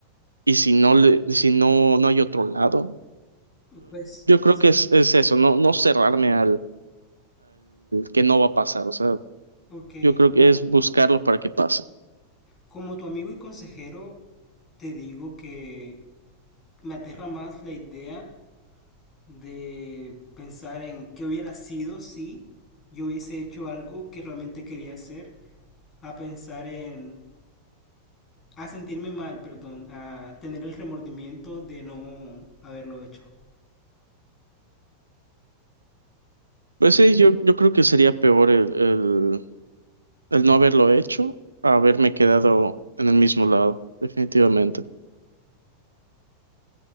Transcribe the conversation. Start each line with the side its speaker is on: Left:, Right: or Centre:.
Right: ¿y si no le, si no, no hay otro lado?
Left: Pues
Right: Yo creo
Left: sí,
Right: que es, es eso, no, no cerrarme al que no va a pasar. O sea,
Left: Ok,
Right: yo creo que
Left: como,
Right: es buscarlo para que pase.
Left: como tu amigo y consejero, te digo que me aterra más la idea de pensar en qué hubiera sido si yo hubiese hecho algo que realmente quería hacer, a pensar en, a sentirme mal, perdón, a tener el remordimiento de no haberlo hecho.
Right: Pues sí, yo, yo creo que sería peor el, el, el no haberlo hecho a haberme quedado en el mismo lado, definitivamente.